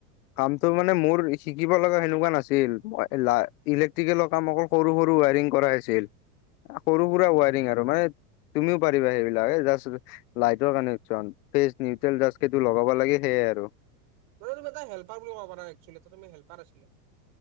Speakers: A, on the left; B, on the right.
A: কামতটোৰ মানে মোৰ শিকিব লগা সেনেকুৱা নাছিল মই-লা- ইলেক্ট্ৰিকেলৰ কাম অকল সৰু সৰু ৱাৰিং কৰা আছিল।
B: <inaudible>
A: সৰু সুৰা
B: উম
A: ৱাৰিং আৰু মানে তুমিও পাৰিবা সেইবিলাক এই যাষ্ট লাইটৰ কানেকচন ফ্ৰেজ নিউট্ৰেল <unintelligible> লগাব লাগে সেইটোৱেই আৰু।
B: ত তুমি <unintelligible> হেল্পাৰ আছিলা।